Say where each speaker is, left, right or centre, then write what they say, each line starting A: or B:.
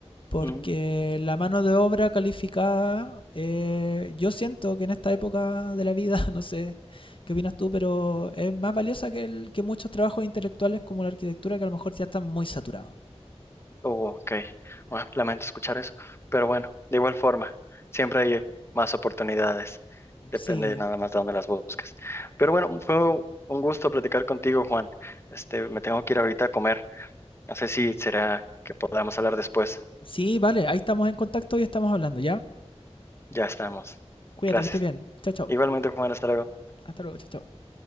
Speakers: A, on the left (about 50°); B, on the left (about 25°).
A: porque
B: mm,
A: la mano de obra calificada, eh, yo siento que en esta época de la vida, <laughs> no sé qué opinas tú, pero es más valiosa que, el- que muchos trabajos intelectuales como la arquitectura que a lo mejor ya están muy saturados.
B: oh, ok. Bueno, lamento escuchar eso, pero bueno, de igual forma, siempre hay más oportunidades. Depende
A: Sí,
B: nada más de dónde las busques. Pero bueno, fue un gusto platicar contigo, Juan. Este, me tengo que ir ahorita a comer. No sé si será que podamos hablar después.
A: sí, vale, ahí estamos en contacto y estamos hablando, ¿ya?
B: Ya estamos.
A: Cuídate,
B: Gracias.
A: que estés bien. Chao, chao.
B: Igualmente, Juan, hasta luego.
A: Hasta luego, chao, chao.